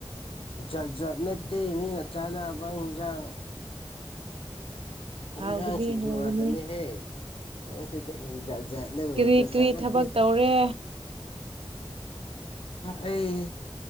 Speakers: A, on the left; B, on the right.
A: ꯖꯥꯠ ꯖꯥꯠ ꯅꯠꯇꯦ ꯃꯤꯅ ꯆꯥꯅꯕ ꯏꯟꯖꯥꯡ
B: ꯍꯥꯎꯒꯅꯤ
A: ꯏꯟꯖꯥꯡꯁꯤꯡꯁꯨ
B: ꯍꯥꯎꯒꯅꯤ
A: ꯉꯥꯛꯇꯅꯦꯍꯦ ꯪꯁ ꯀꯔꯤꯠꯅꯗꯠ
B: ꯀꯔꯤ ꯀꯔꯤ
A: ꯅꯠꯇꯦ
B: ꯊꯕꯛ ꯇꯧꯔꯦ
A: ꯑꯩ